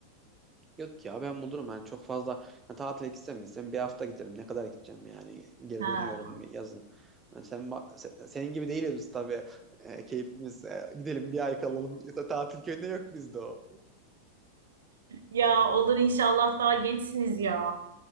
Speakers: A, on the right; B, on the right.
A: Yok ya ben bulurum yani çok fazla hani tatile gitsem gitsem bir hafta giderim ne kadar gideceğim yani geri
B: Ha.
A: dönüyorum yazın. Hani sen ba- se- senin gibi değiliz biz tabii E, keyfimiz e, gidelim bir ay kalalım İşte tatil köyünde yok bizde o.
B: Ya olur inşallah daha gençsiniz ya.